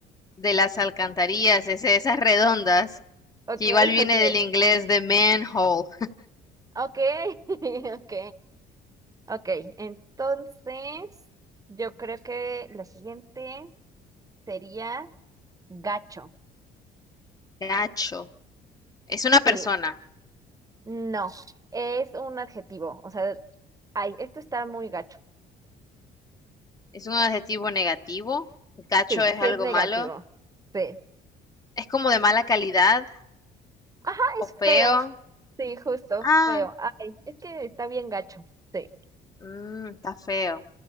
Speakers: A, on the left; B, on the right.
A: de las alcantarillas, ese- esas redondas,
B: ok,
A: que igual viene
B: ok,
A: del inglés de manhole,
B: ok, <laughs> ok, ok. Entonces, yo creo que la siguiente sería gacho.
A: gacho. Es una persona,
B: Sí. No, es un adjetivo. O sea, ay, esto está muy gacho.
A: es un adjetivo negativo, gacho
B: Sí,
A: es
B: sí
A: algo
B: es negativo.
A: malo,
B: Sí.
A: es como de mala calidad
B: Ajá,
A: o
B: es
A: feo.
B: feo. Sí, justo,
A: Ah,
B: feo. Ay, es que está bien gacho. Sí.
A: mm, está feo.